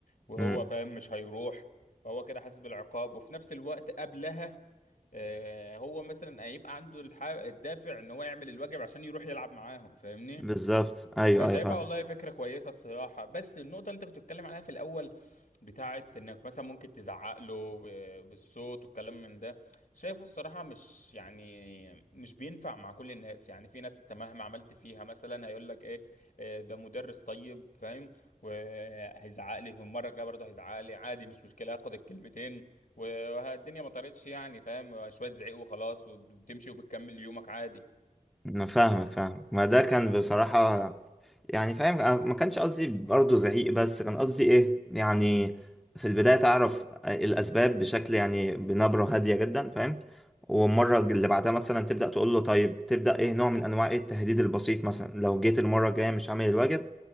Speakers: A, on the left (about 75°); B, in the centre.
A: وهو
B: مم،
A: فاهم مش هيروح فهو كده حاسس بالعقاب وفي نفس الوقت قبلها آه، هو مثلا هيبقى عنده الح- الدافع ان هو يعمل الواجب عشان يروح يلعب معاهم فاهمني
B: بالظبط ايوه
A: فشايفها
B: ايوه فاهم
A: والله فكرة كويسة الصراحة بس النقطة اللي انت كنت بتتكلم عليها في الأول بتاعت انك مثلا ممكن تزعق له ب- بالصوت والكلام من ده شايفه الصراحة مش يعني مش بينفع مع كل الناس يعني في ناس انت مهما عملت فيها مثلا هيقول لك ايه آه، ده مدرس طيب فاهم وهيزعق لي والمرة الجاية برضه هيزعق لي عادي مش مشكلة هاخد الكلمتين والدنيا ما طارتش يعني فاهم شوية زعيق وخلاص وبتمشي وبتكمل يومك عادي
B: انا فاهمك فاهمك ما ده كان بصراحة يعني فاهم أنا ما كانش قصدي برضه زعيق بس كان قصدي ايه يعني في البداية تعرف الاسباب بشكل يعني بنبرة هادية جدا فاهم والمرة اللي بعدها مثلا تبدأ تقول له طيب تبدأ ايه نوع من انواع ايه التهديد البسيط مثلا لو جيت المرة الجاية مش عامل الواجب